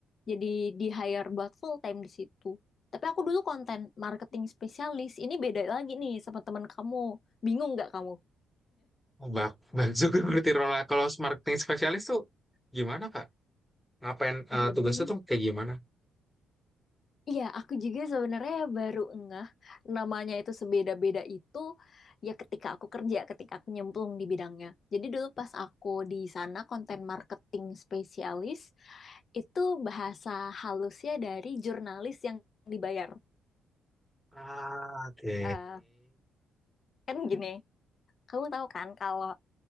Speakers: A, on the left (about 50°); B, in the centre.
A: Jadi di hire buat full time di situ. Tapi aku dulu konten marketing spesialis. Ini beda lagi nih sama teman kamu. Bingung nggak kamu?
B: Oh, bak, bak juga <laughs> berarti role kalau marketing spesialis tuh gimana Kak? Ngapain
A: <laughs>
B: eh,
A: Jadi
B: tugasnya tuh kayak gimana?
A: Iya, aku juga sebenarnya baru ngeh namanya itu sebeda-beda itu ya ketika aku kerja, ketika aku nyemplung di bidangnya. Jadi dulu pas aku di sana konten marketing spesialis, itu bahasa halusnya dari jurnalis yang dibayar.
B: Ah, oke.
A: Eh, kan gini, kamu tahu kan kalau